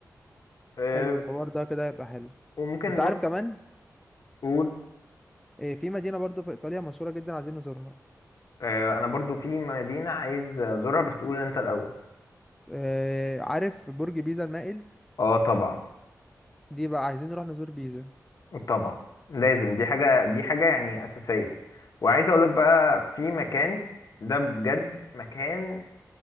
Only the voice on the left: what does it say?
آه،
وممكن
نروح
قول.
آه، انا برضو في مدينة عايز ازورها بس قول انت الاول
اه طبعا
طبعا لازم دي حاجة دي حاجة يعني اساسية وعايز اقولك بقى في مكان ده بجد مكان